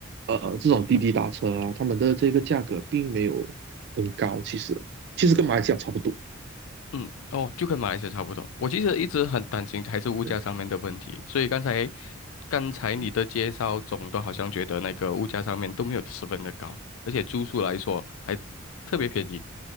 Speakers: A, on the right; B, on the left.
A: 呃这种滴滴打车啊，他们的这个价格并没有很高，其实其实跟马来西亚差不多。
B: 嗯，哦，就跟马来西亚差不多。我其实一直很担心还是物价上面的问题，
A: 对，
B: 所以刚才刚才你的介绍总的好像觉得那个物价上面都没有十分的高，
A: 嗯
B: 而且住宿来说还特别便宜。